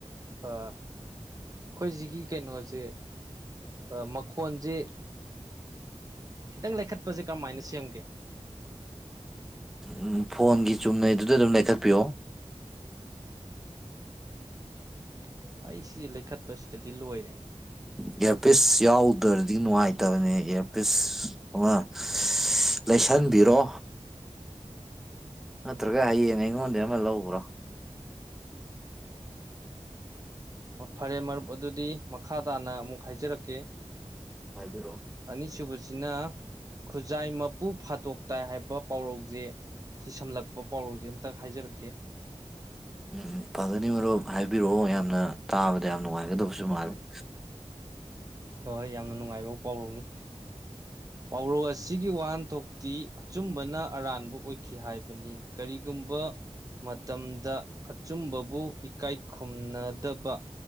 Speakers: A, on the right; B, in the centre.
A: ꯑ ꯑꯩꯈꯣꯏ ꯁꯤꯒꯤ ꯀꯩꯅꯣꯁꯦ ꯑ ꯃꯈꯣꯟꯁꯦ ꯈꯤꯇꯪ ꯂꯩꯈꯠꯄꯁꯦ ꯀꯔꯝꯃꯥꯏꯅ ꯁꯦꯝꯒꯦ
B: ꯎꯝ ꯐꯣꯟꯒꯤ ꯆꯨꯝꯅꯩꯗꯨꯗ ꯑꯗꯨꯝ ꯂꯩꯈꯠꯄꯤꯌꯣ
A: ꯃꯊꯪ <unintelligible> ꯑꯩ ꯁꯤ ꯂꯩꯈꯠꯄꯁꯤꯗꯗꯤ ꯂꯣꯏꯔꯦ
B: ꯏꯌꯥꯔꯄꯤꯁ ꯌꯥꯎꯗ꯭ꯔꯗꯤ ꯅꯨꯡꯉꯥꯏꯇꯕꯅꯦ ꯏꯌꯔꯄꯤꯁ ꯑꯃꯥ <unintelligible> ꯂꯩꯁꯟꯕꯤꯔꯣ ꯅꯠꯇ꯭ꯔꯒ ꯍꯌꯦꯡ ꯑꯩꯉꯣꯟꯗ ꯑꯃ ꯂꯧꯒ꯭ꯔꯣ
A: ꯐꯔꯦ ꯃꯔꯨꯞ ꯑꯗꯨꯗꯤ ꯃꯈꯥ ꯇꯥꯅ ꯑꯃꯨꯛ ꯍꯥꯏꯖꯔꯛꯀꯦ
B: ꯍꯥꯏꯕꯤꯔꯛꯑꯣ
A: ꯑꯅꯤꯁꯨꯕꯁꯤꯅ ꯈꯨꯖꯥꯏ ꯃꯄꯨ ꯐꯥꯗꯣꯛꯇꯥꯏ ꯍꯥꯏꯕ ꯄꯥꯎꯔꯧꯁꯦ ꯁꯤ ꯁꯝꯂꯛꯄ ꯄꯥꯎꯔꯧꯁꯦ ꯑꯃꯝꯇꯪ ꯍꯥꯏꯖꯔꯛꯀꯦ
B: ꯎꯝ ꯐꯒꯅꯤ ꯃꯔꯨꯞ ꯍꯥꯏꯕꯤꯔꯛꯑꯣ ꯌꯥꯝꯅ ꯇꯥꯕꯗ ꯌꯥꯝ ꯅꯨꯡꯉꯥꯏꯒꯗꯕꯁꯨ ꯃꯥꯜꯂꯦ <unintelligible>
A: ꯍꯣꯏ ꯑꯩ ꯌꯥꯝꯅ ꯅꯨꯡꯉꯥꯏꯕ ꯄꯥꯎꯔꯧꯅꯤ ꯄꯥꯎꯔꯧ ꯑꯁꯤꯒꯤ ꯋꯥꯍꯟꯊꯣꯛꯇꯤ ꯑꯆꯨꯝꯕꯅ ꯑꯔꯥꯟꯕ ꯑꯣꯏꯈꯤ ꯍꯥꯏꯕꯅꯤ ꯀꯔꯤꯒꯨꯝꯕ ꯃꯇꯝꯗ ꯑꯆꯨꯝꯕꯕꯨ ꯏꯀꯥꯏ ꯈꯨꯝꯅꯗꯕ